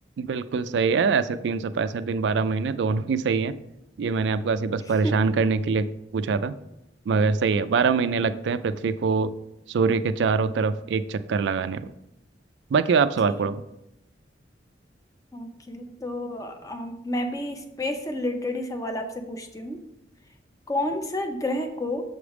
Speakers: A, on the right; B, on the left.
A: बिल्कुल सही है ऐसे तीन सौ पैंसठ दिन बारह महीने दोनों ही सही है ये मैंने आपको ऐसे बस
B: <laughs>
A: परेशान करने के लिए पूछा था मगर सही है बारह महीने लगते हैं पृथ्वी को सूर्य के चारों तरफ एक चक्कर लगाने में बाकी आप सवाल
B: ठीक
A: पढ़ो
B: ओके तो अम, मैं भी स्पेस से रिलेटेड ही सवाल आपसे पूछती हूँ कौन सा ग्रह को